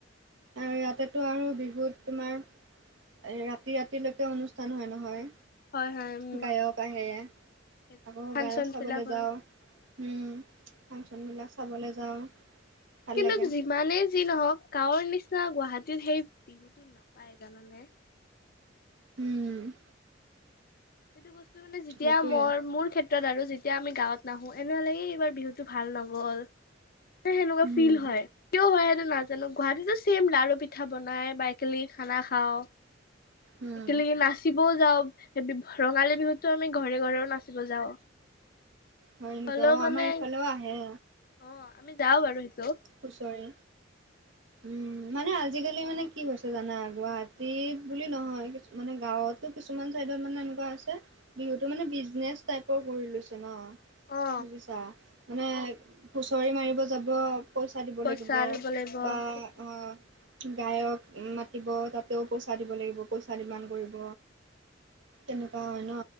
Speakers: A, on the right; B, on the left.
A: আৰু ইয়াতেটো আৰু বিহুত তোমাৰ ৰাতি ৰাতিলৈকে অনুষ্ঠান হয় নহয়।
B: হয় হয় উম
A: গায়ক আহে
B: সেইটো
A: আকৌ
B: ফাংচন
A: গায়ক চাবলৈ
B: বিলাক হয়
A: যাও, উম। ফাংচনবিলাক চাবলৈ যাওঁ। ভাল
B: কিন্তু
A: লাগে
B: যিমানে যি নহক গাঁৱৰ নিচিনা গুৱাহাটীত সেই বিহুতো নাপায় জানানে।
A: উম।
B: সেইটো বস্তু মানে যেতিয়া
A: সেইটোৱে
B: মই মোৰ ক্ষেত্ৰত, আৰু যেতিয়া আমি গাঁৱত নাহো এনেহলো এইবাৰ বিহুতটো ভাল নগ'ল। সেনেকুৱা
A: উম,
B: ফিল হয় কিয় হয় সেইটো না জানো গুৱাহাটীতো ছেইম লাৰু পিঠা বনাই বা একেলগে খানা খাও,
A: উম।
B: একেলগে নাচিবও যাওঁ ৰঙালী বিহুতো আমি ঘৰে ঘৰেও নাচিব যাওঁ।
A: হয় নেকি
B: হ'লেও
A: অ
B: মানে
A: আমাৰ ইফালেও আহে।
B: অ আমি যাও বাৰু সেইটো
A: হুঁচৰি উম মানে আজিকালি মানে কি হৈছে জানা গুৱাহাটীত বুলি নহয় কিছু মানে গাঁৱতো কিছুমান চাইডত মানে এনেকুৱা আছে। বিহুতো মানে বিজনেচ টাইপৰ কৰি লৈছে ন।
B: অ
A: বুজিছা মানে হুঁচৰি মাৰিব যাব। পইচা দিব
B: পইচা
A: লাগিব
B: ল'ব লাগিব
A: বা
B: সেইটো
A: অ'হ। গায়ক মাতিব তাতেও পইচা দিব লাগিব পইচা ডিমান কৰিব। তেনেকুৱা হয় ন